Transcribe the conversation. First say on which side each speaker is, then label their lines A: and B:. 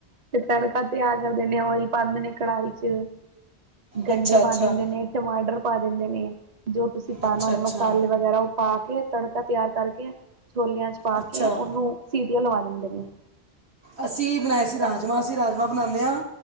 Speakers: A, on the right; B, on the right.
A: ਤੇ ਤੜਕਾ ਤਿਆਰ ਕਰਦੇ ਨੇ ਓਇਲ ਪਾਂਦੇ ਨੇ ਕੜਾਹੀ ਚ ਗੰਢੇ
B: ਅੱਛਾ ਅੱਛਾ
A: ਪਾ ਦਿੰਦੇ ਨੇ ਟਮਾਟਰ ਪਾ ਦਿੰਦੇ ਨੇ ਜੋ ਤੁਸੀਂ ਪਾਣਾ
B: ਅੱਛਾ
A: ਹੋਏ
B: ਅੱਛਾ
A: ਮਸਾਲੇ ਵਗੈਰਾ ਪਾ ਕੇ ਤੜਕਾ ਤਿਆਰ ਕਰਕੇ ਛੋਲਿਆਂ ਚ ਪਾ
B: ਅੱਛਾ
A: ਕੇ ਉਹਨੂੰ ਸੀਟੀਆਂ ਲਵਾ ਦਿੰਦੇ ਨੇ
B: ਅਸੀਂ ਬਣਾਏ ਸੀ ਰਾਜਮਾ ਅਸੀਂ ਰਾਜਮਾਂ ਬਣਾਦੇ ਆ